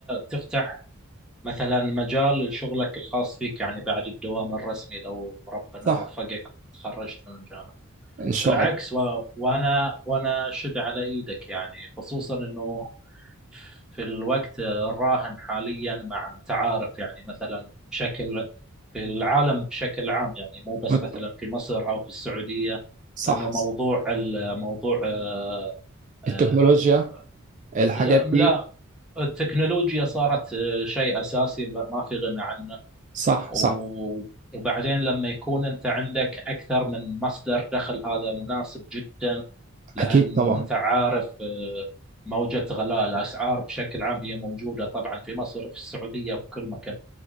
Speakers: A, in the centre; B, on the right.
A: تفتح مثلا مجال لشغلك الخاص فيك يعني بعد الدوام الرسمي لو ربنا
B: صح
A: وفقك وتخرجت من الجامعة
B: ان شاء
A: بالعكس
B: الله
A: و... وانا وانا شد على ايدك يعني خصوصا انه في الوقت الراهن حاليا مع انت عارف يعني مثلا بشكل في العالم بشكل عام يعني مو بس
B: مت-
A: مثلا في مصر او في السعوديه
B: صح
A: انه موضوع الموضوع آه، آه،
B: التكنولوجيا الحاجات
A: لا لا
B: دي
A: التكنولوجيا صارت آه، شيء اساسي ما ما في غنى عنه
B: صح
A: و-
B: صح
A: وبعدين لما يكون أنت عندك أكثر من مصدر دخل هذا مناسب جدا لأنه
B: اكيد طبعا
A: أنت عارف آه، موجة غلاء الأسعار بشكل عام هي موجودة طبعا في مصر في السعودية في كل مكان